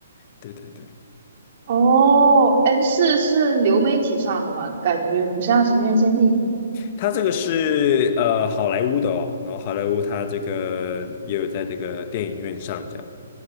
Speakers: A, on the left (about 40°); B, on the right (about 50°).
A: 对对对，
B: 哦，N 四是流媒体上的吗？感觉不像是院限定。
A: 他这个是呃好莱坞的哦，然后好莱坞他这个也有在这个电影院上这样。